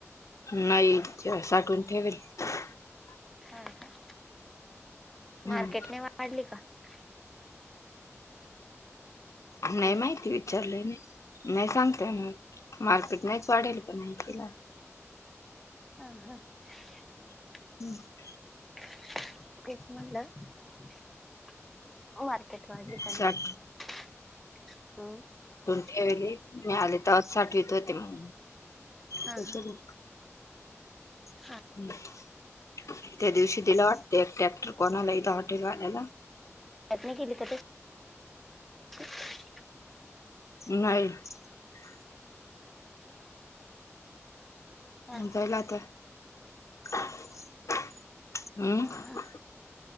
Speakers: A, on the left; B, in the centre.
A: <inaudible> नाही साठवण ठेवेल- <inaudible>
B: हा का <inaudible>
A: हम्म
B: मार्केट नाही वाढली का- <inaudible>
A: नाही
B: हम्म
A: माहिती विचारले नाही. <inaudible> नाही सांगता येणार <inaudible> मार्केट नाहीच वाढेल पण तिला,
B: हा- हा <inaudible>
A: <inaudible>
B: <inaudible> तेच म्हंटला, <inaudible> - <unintelligible> ताट वाढली का
A: साठ
B: नाही <inaudible> हम-
A: यायले मी आले तेव्हा साठवीत होते मग <inaudible> - <unintelligible>
B: हा हा
A: <inaudible>
B: हा
A: त्या दिवशी दिला वाटते एक ट्रॅक्टर कोणाला इथं हॉटेल वाल्याला,
B: मळ्यात नाही गेली <inaudible>
A: नाही. <inaudible>
B: हा
A: पाहिला तर <inaudible> हम्-
B: हा हा